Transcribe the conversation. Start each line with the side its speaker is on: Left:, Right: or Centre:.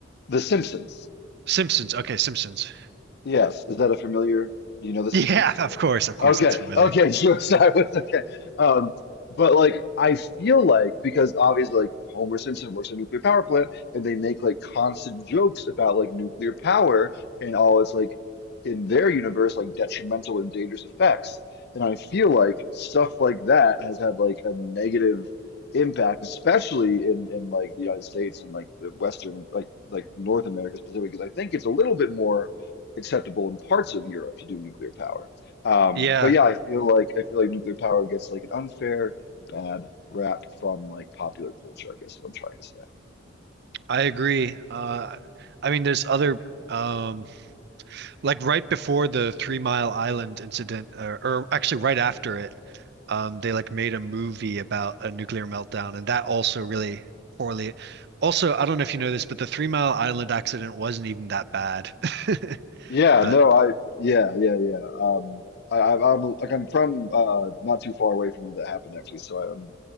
Left: The Simpsons.
Right: Simpsons. Okay, Simpsons. <laughs>
Left: Yes, is that a familiar? Do you know The Simpsons?
Right: Yeah,
Left: Or-
Right: of course, of course,
Left: Okay,
Right: that's familiar.
Left: okay,
Right: <laughs>
Left: <laughs> sure. So I was <laughs> okay. Um, but like, I feel like because obviously, like Homer Simpson works at a nuclear power plant, and they make like constant jokes about like nuclear power and all its like in their universe like detrimental and dangerous effects. And I feel like stuff like that has had like a negative impact, especially in in like the United States and like the Western like like North America specifically, because I think it's a little bit more acceptable in parts of Europe to do nuclear power. Um,
Right: Yeah,
Left: but yeah, I feel like I feel like nuclear power gets like an unfair bad rap from like popular culture, I guess is what I'm trying to say.
Right: I agree. Uh I mean there's other um like right before the Three Mile Island incident, or, or actually right after it, um, they like made a movie about a nuclear meltdown, and that also really poorly. Also, I don't know if you know this, but the Three Mile Island accident wasn't even that bad. <laughs>
Left: Yeah,
Right: But
Left: no, I yeah, yeah, yeah. Um I I- I'm like I'm from uh not too far away from where that happened actually, so I'm